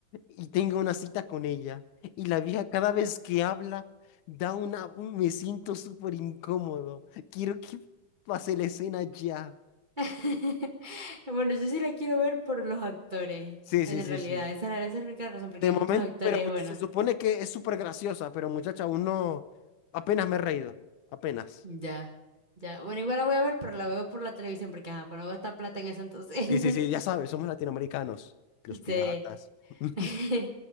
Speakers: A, on the left; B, on the right.
A: y tenga una cita con ella? Y la vieja cada vez que habla da una... un- Me siento súper incómodo. Quiero que pase la escena ya.
B: <laughs> Bueno, yo sí la quiero ver por los actores,
A: Sí,
B: en
A: sí, sí,
B: realidad,
A: sí.
B: esa, era- esa es la única razón, porque
A: De
B: hay
A: momento,
B: muchos actores,
A: pero escuch-
B: bueno,
A: se supone que es súper graciosa, pero muchacha, aún no, apenas me he reído, apenas.
B: ya, ya, bueno, igual la voy a ver, pero la veo por la televisión, porque ajá, para no gastar plata en eso entonces,
A: Sí, sí,
B: <laughs>
A: sí, ya sabes, somos latinoamericanos, los piratas.
B: sí,
A: <laughs>
B: <laughs>